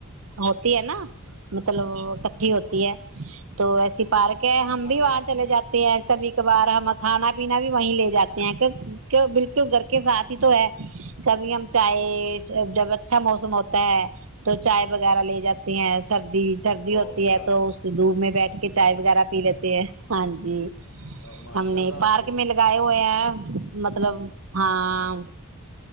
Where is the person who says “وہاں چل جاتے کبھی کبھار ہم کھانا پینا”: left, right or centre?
Right